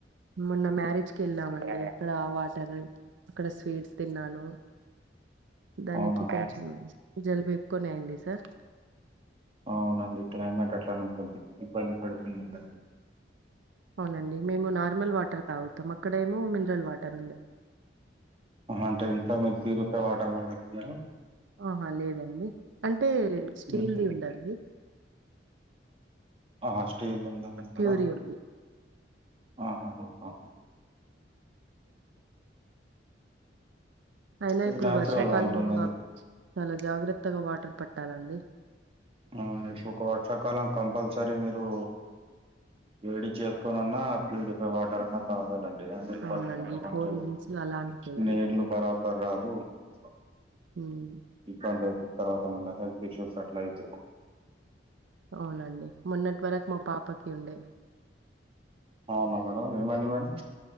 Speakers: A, on the right; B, on the right.
A: మొన్న మ్యారేజ్ కేళ్ళామండి అక్కడ ఆ వాటర్ అక్కడ స్వీట్స్ తిన్నాను దానికి
B: అవునండి
A: కొంచెం జలుబు ఎక్కువనే అయింది సార్
B: అవునండి క్లైమేట్ అట్లానే ఉంటుంది ఇబ్బంది పెడుతుంది అందరికి
A: అవునండి మేము నార్మల్ వాటర్ తాగుతాం అక్కడ ఏమో మినరల్ వాటర్ ఉండే
B: అహ అంటే ఇంట్లో మీరు ప్యూరి ఫై వాటర్ వాడర మీరు
A: ఆహా లేదండి అంటే స్టీల్దిి
B: హుహు.
A: ఉందండి
B: ఆహా స్టీల్ ఉందా మీ దగ్గర
A: ్యూరి ఉంది
B: ఆహాహా
A: అయినా
B: ఇది
A: ఇప్పుడు
B: నాచురల్
A: వర్షాకాలంలో
B: గా ఉంటుంది అది
A: చాలా జాగ్రత్తగా వాటర్ పెట్టాలండి
B: అవును ఇ ఒక వర్షాకాలం కంపల్సరీ మీరు వేడి చేసుకోనన్నా ప్యూరిఫైడ్ వాటర్ అన్నా తాగాలండి హండ్రెడ్ పర్సెంట్
A: అవునండి
B: ఎందుకంటే
A: ఈ ఫోర్ మంత్స్ అలానే చేయాలి
B: నేళ్లు బరాబర్ రాదు సో
A: మ్
B: ఇబ్బంది అయిపోంది తర్వాత మళ్ళ హెల్త్ ఇష్యూస్ అట్లా అయితయి
A: అవునండి మొన్నటి వరకు మా పాపకి ఉండే
B: అవునా మేడం ఏమైది మేడం